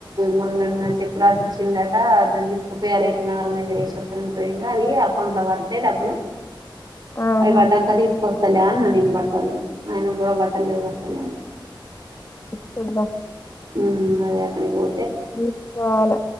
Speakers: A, on the right; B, on the left.
A: మొన్నన్న చెక్కు రాసి ఇచ్చిందట అని తీసుకుపోయాలి ఎటు నగరని దగ్గర ఏ చెప్తారని పోయిండు అవి అకౌంట్ లో పడితే డబ్బులు
B: ఆహా
A: అవి పడ్డాక తీసుకొస్తా తల్యాన్ లెనిన్ బట్టలు ఆయన కూడా బట్టలు లేవంటనే వసలే
B: చూద్దాం
A: ఉ అదే అక్కడికి పో
B: తీసుకోవాలె